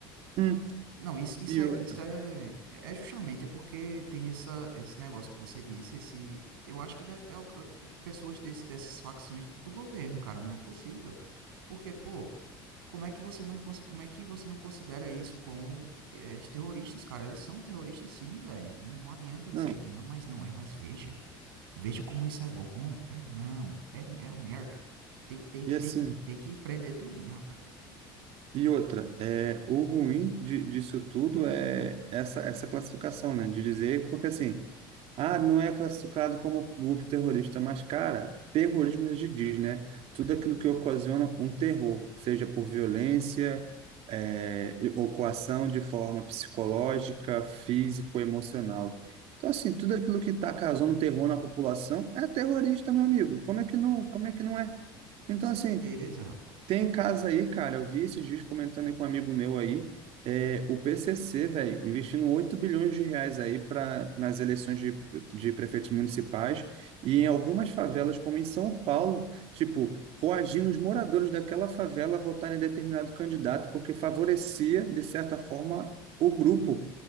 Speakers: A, on the right (about 60°); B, on the right (about 90°).
A: Hum,
B: Não, isso, isso
A: e
B: é,
A: outra.
B: isso é, é justamente é porque tem essa, esse negócio que você disse, esse, eu acho que deve ter algu- pessoas desse, dessas facções do governo, cara, não é possível. Porque, pô, como é que você não, cons- como é que você não considera isso como é, terroristas, cara? Eles são terroristas sim, velho. Não, não adianta dizer
A: Não,
B: que não, mas não é, mas veja. Veja como isso é bom. Hum, é não, é, é a merda. Tem, tem que
A: e assim,
B: tem que tem que prender tudinho, rapaz.
A: e outra, é, o ruim de, disso tudo é essa, essa classificação, né? De dizer, porque assim, ah, não é classificado como grupo terrorista, mas, cara, terrorismo já se diz, né? Tudo aquilo que ocasiona um terror, seja por violência, é, e- ou coação de forma psicológica, físico, emocional. Então, assim, tudo aquilo que está causando terror na população é terrorista, meu amigo. Como é que não, como é que não é? Então,
B: Certeza,
A: assim,
B: rapaz.
A: Tem casa aí, cara. Eu vi esses dias comentando aí com um amigo meu aí, é, o PCC, velho, investindo 8 bilhões de reais aí para nas eleições de, de prefeitos municipais e em algumas favelas, como em São Paulo, tipo, coagindo os moradores daquela favela a votarem em determinado candidato, porque favorecia, de certa forma, o grupo.